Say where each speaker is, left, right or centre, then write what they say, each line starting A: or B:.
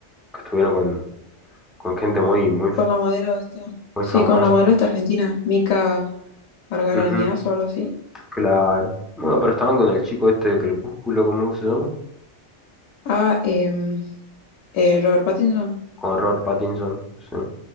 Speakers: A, in the centre; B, on the left (about 80°).
A: Que estuvieron con, con gente muy, muy
B: con la modelo esta.
A: Muy
B: Sí,
A: famoso.
B: con la modelo esta argentina, Mica Argarañaz
A: Ujú,
B: o algo así.
A: claro. Bueno, pero estaban con el chico este de Crepúsculo, ¿cómo se llama?
B: Ah, em, eh, Robert Pattinson.
A: Con Robert Pattinson, sí.